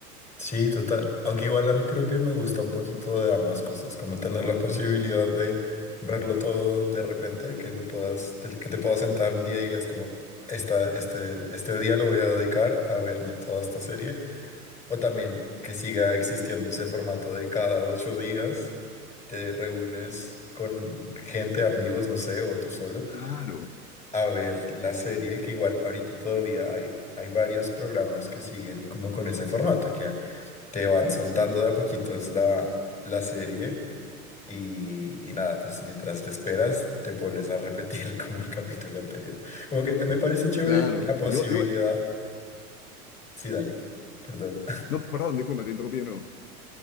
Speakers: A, on the left (about 15°); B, on the left (about 70°).
A: Sí, total. Aunque igual a mí creo que me gusta un poquito de ambas cosas, como tener la posibilidad de verlo todo de repente, que lo puedas, te- que te puedas sentar un día y digas como, esta, este, este día lo voy a dedicar a verme toda esta serie, o también que siga existiendo ese formato de cada ocho días te reúnes con gente, amigos, no sé, o tú solo
B: Claro.
A: a ver la serie, que igual ahorita todavía hay, hay varios programas que siguen como con ese formato, que te van soltando de a poquitos la, la serie y, y nada, pues mientras te esperas te pones a repetir <laughs> como el capítulo anterior. Como que me parece chévere
B: Claro,
A: la posibilidad.
B: yo, yo,
A: Sí, dale, perdón.
B: no, perdón, disculpa, te interrumpí, no.